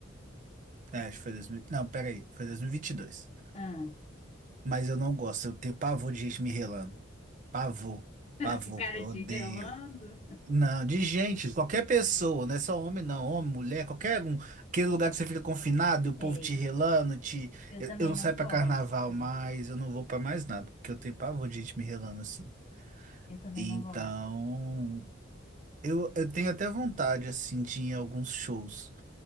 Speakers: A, on the right (about 40°); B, on the left (about 30°).
A: É, acho que foi 2000. Não, peraí, foi 2022.
B: Ah,
A: Mas eu não gosto, eu tenho pavor de gente me relando. Pavor,
B: <laughs>
A: pavor,
B: ficaram
A: eu
B: te
A: odeio.
B: relando?
A: Não, de gente, qualquer pessoa, não é só homem, não, homem, mulher, qualquer um. Aquele lugar que você fica confinado e o povo
B: Sei.
A: te relando, te.
B: Eu
A: Eu,
B: também
A: eu não
B: não
A: saio pra
B: gosto.
A: carnaval mais, eu não vou pra mais nada, porque eu tenho pavor de gente me relando assim.
B: Eu também
A: Então,
B: não gosto.
A: eu, eu tenho até vontade, assim, de ir em alguns shows.